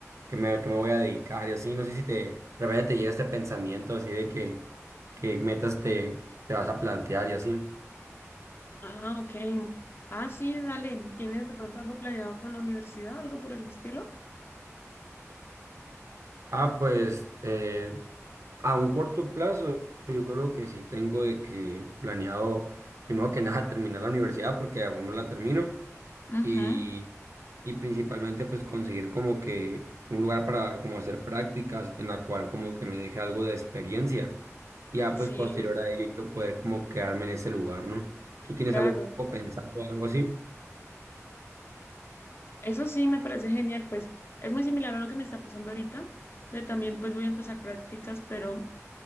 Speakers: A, on the right; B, on the left.
A: que me, que me voy a dedicar y así. No sé si te, de repente te llega este pensamiento así de que, que metas te, te vas a plantear y así.
B: Ah, ok. Ah, sí, dale. ¿Tienes de pronto algo planeado con la universidad, algo por el estilo?
A: Ah, pues eh, A un corto plazo, yo creo que sí tengo de que planeado, primero que nada, terminar la universidad porque aún no la termino
B: ujú.
A: y, y principalmente pues conseguir como que un lugar para como hacer prácticas en la cual como que me deje algo de experiencia y ya
B: Sí,
A: pues posterior a ello poder como quedarme en ese lugar, ¿no? ¿Tú tienes
B: claro.
A: algo pensado, algo así?
B: Eso sí, me parece genial. Pues es muy similar a lo que me está pasando ahorita. Yo también pues voy a empezar prácticas, pero